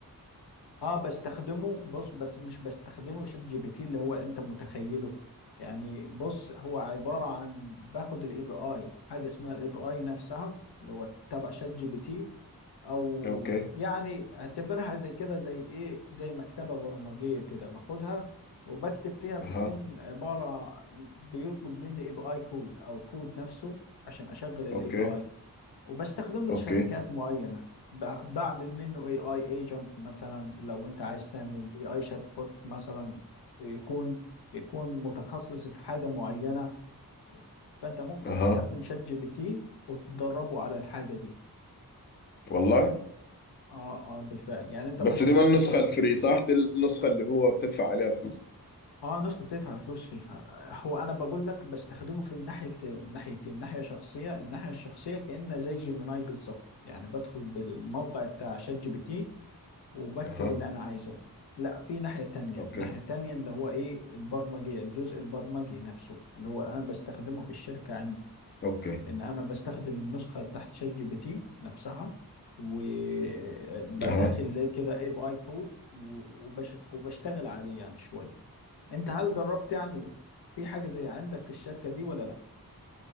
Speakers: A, on the left; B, on the left.
A: اه بستخدمه بص بس مش بستخدمه شات جي بي تي اللي هو انت متخيله يعني بص هو عبارة عن باخد الاي بي اي حاجة اسمها الاي بي اي نفسها اللي هو تبع شات جي بي تي او
B: اوكي
A: يعني اعتبرها زي كده زي ايه زي مكتبة برمجية كده باخدها وبكتب فيها بتكون
B: اها
A: عبارة بيطلب مني اي بي اي كود او كود نفسه عشان اشغل الاي
B: اوكي
A: بي اي وبستخدمه
B: اوكي
A: لشركات معينة ب- بعمل منه اي اي ايجنت مثلا لو انت عايز تعمل اي اي شات بوت مثلا يكون يكون متخصص في حاجه معينه فانت ممكن
B: اها
A: تستخدم شات جي بي تي وتدربه على الحاجه دي
B: والله
A: اه اه بالفعل يعني انت
B: بس
A: ممكن
B: دي
A: تستخدم
B: ما النسخه الفري صح دي النسخه اللي هو بتدفع عليها فلوس
A: اه نسخه بتدفع فلوس فيها هو انا بقول لك بستخدمه في الناحيه ناحيتين ناحيه شخصيه الناحيه الشخصيه كانه زي جيميناي بالظبط يعني بدخل بالموقع بتاع شات جي بي تي وبكتب
B: اها
A: اللي انا عايزه لا في ناحية تانية
B: اوكي
A: ناحية تانية اللي هو ايه البرمجي الجزء البرمجي نفسه اللي هو انا بستخدمه في الشركة عندي
B: اوكي
A: ان انا بستخدم النسخة تحت شات جي بي تي نفسها وبدخل
B: اها
A: زي كده اي بي اي كود و- وبش وبشتغل عليه يعني شوية انت هل جربت يعني في حاجة زي عندك في الشركة دي ولا لا؟